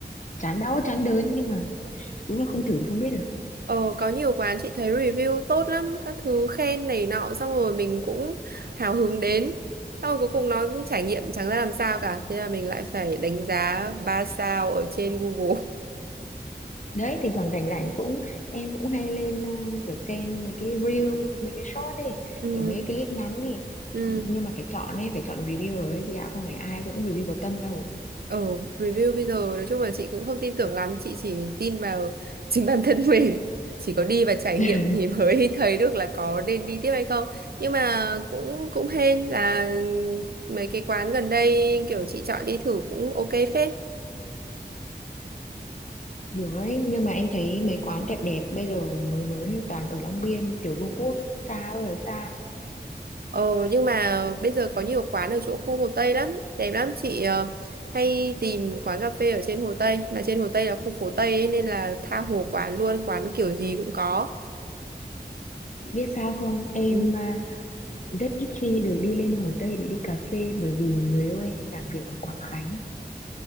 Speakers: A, on the left; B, on the right.
A: chán đau chán đớn nhưng mà đúng là không thử thì không biết được
B: Ờ, có nhiều quán chị thấy review tốt lắm, các thứ khen này nọ xong rồi mình cũng hào hứng đến. Xong rồi cuối cùng nó trải nghiệm chẳng ra làm sao cả, thế là mình lại phải đánh giá 3 sao ở trên Google. <laughs>
A: đấy thỉnh thoảng rảnh rảnh cũng em cũng hay lên ờ, kiểu xem mấy cái reel mấy cái short ấy
B: Ừ,
A: kiểu mấy cái clip ngắn ấy
B: ừ.
A: nhưng mà phải chọn ấy phải chọn reviewer ấy chị ạ không phải ai cũng review có tâm đâu
B: Ờ, review bây giờ nói chung là chị cũng không tin tưởng lắm, chị chỉ tin vào <laughs> chính bản thân mình. Chỉ có đi và trải
A: <laughs>
B: nghiệm thì mới <laughs> thấy được là có nên đi tiếp hay không. Nhưng mà cũng cũng hên là mấy cái quán gần đây kiểu chị chọn đi thử cũng ok phết.
A: Được ấy, nhưng mà em thấy mấy quán đẹp đẹp bây giờ mới mới toàn ở Long Biên, Tiểu Vương Quốc ấy, xa ơi là xa.
B: Ờ nhưng mà bây giờ có nhiều quán ở chỗ khu Hồ Tây lắm, đẹp lắm chị ờ, hay tìm quán cà phê ở trên Hồ Tây, mà trên Hồ Tây là khu phố Tây ấy, nên là tha hồ quán luôn, quán kiểu gì cũng có.
A: Chị biết sao không? Em
B: Ừ.
A: à, rất ít khi được đi lên Hồ Tây để đi cà phê bởi vì người yêu em làm việc ở Quảng Khánh.